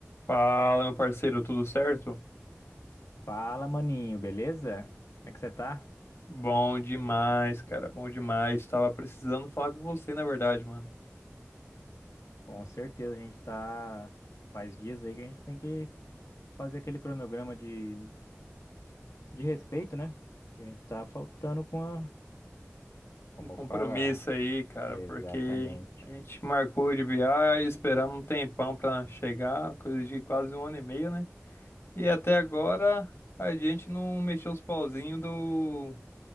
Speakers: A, on the left; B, on the left.
A: Fala, meu parceiro, tudo certo?
B: Fala, maninho, beleza? Como é que você tá?
A: Bom demais, cara, bom demais. Tava precisando falar com você, na verdade, mano.
B: Com certeza a gente tá. Faz dias aí que a gente tem que fazer aquele cronograma de, de respeito, né? Que a gente tá faltando com a. Como
A: Um compromisso
B: fala.
A: aí, cara,
B: Exatamente.
A: porque a gente marcou de viagem, esperamos um tempão pra chegar, coisa de quase um ano e meio, né? E até agora a gente não mexeu os pauzinhos do